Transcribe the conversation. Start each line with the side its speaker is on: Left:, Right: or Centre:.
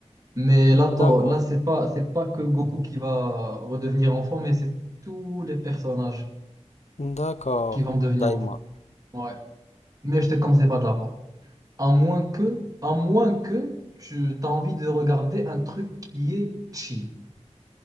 Right: Mais là,
Left: D'accord.
Right: t'en- là, c'est pas, c'est pas que Goku qui va redevenir enfant, mais c'est tous les personnages
Left: D'accord.
Right: qui vont devenir
Left: Daima.
Right: enfants. Ouais. Mais je te conseille pas de la voir. À moins que, à moins que tu as envie de regarder un truc qui est chill.